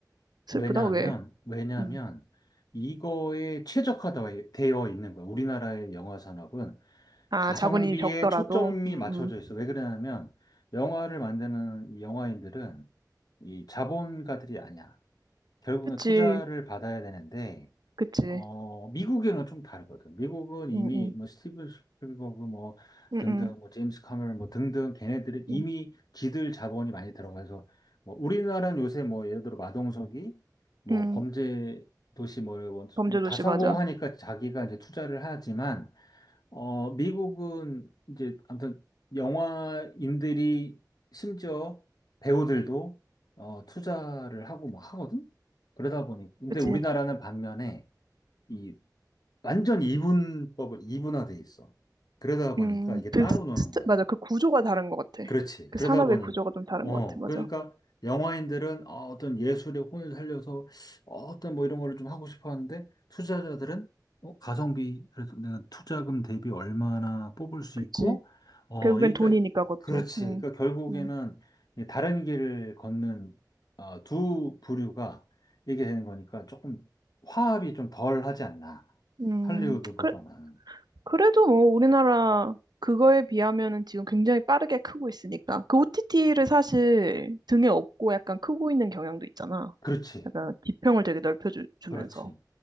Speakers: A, on the right (about 65°); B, on the left (about 60°).
A: 슬프다?
B: 왜냐하면,
A: 왜?
B: 왜냐하면,
A: 음.
B: 이거에 최적화되어 있는 거야. 우리나라의 영화 산업은
A: 아,
B: 가성비에
A: 자본이 적더라도.
B: 초점이
A: 음,
B: 맞춰져
A: 음.
B: 있어. 왜 그러냐면, 영화를 만드는 이 영화인들은 이 자본가들이 아니야. 결국엔
A: 그치,
B: 투자를 받아야 되는데,
A: 그치.
B: 어, 미국이랑 좀 다르거든. 미국은 이미
A: 음, 음,
B: 뭐 스티븐 스필버그 뭐
A: 음,
B: 등등
A: 음,
B: 뭐 제임스 카메론 뭐 등등 걔네들은 이미
A: 음.
B: 지들 자본이 많이 들어가서 뭐 우리나라는 요새 뭐 예를 들어 마동석이 뭐
A: 음.
B: 범죄 도시 뭐다
A: 범죄도시
B: 성공하니까
A: 맞아.
B: 자기가 이제 투자를 하지만 어, 미국은 이제 아무튼 영화인들이 심지어 배우들도 어, 투자를 하고 뭐 하거든. 그러다 보니 근데
A: 그치.
B: 우리나라는 반면에 이 완전 이분법을 이분화돼 있어. 그러다 보니까
A: 음,
B: 이게
A: 그,
B: 따로 노는
A: 스-
B: 거야.
A: 맞아. 그 구조가 다른 것 같아.
B: 그렇지.
A: 그
B: 그러다
A: 산업의
B: 보니,
A: 구조가 좀 다른
B: 어,
A: 것 같아. 맞아.
B: 그러니까 영화인들은 어, 어떤 예술의 혼을 살려서 어, 떤뭐 이런 거를 좀 하고 싶어 하는데 투자자들은 어, 가성비, 그래서 내가 투자금 대비 얼마나 뽑을 수
A: 그치.
B: 있고, 어,
A: 결국엔
B: 그러니까,
A: 돈이니까 그것도.
B: 그렇지.
A: 음.
B: 그러니까 결국에는
A: 음.
B: 이 다른 길을 걷는 어, 두 부류가 이게 되는 거니까 조금 화합이 좀 덜 하지 않나.
A: 음.
B: 할리우드보다는.
A: 그, 그래도 뭐 우리나라 그거에 비하면은 지금 굉장히 빠르게 크고 있으니까. 그 OTT를 사실 등에 업고 약간 크고 있는 경향도 있잖아.
B: 그렇지.
A: 약간 지평을 되게 넓혀주면서.
B: 그렇지.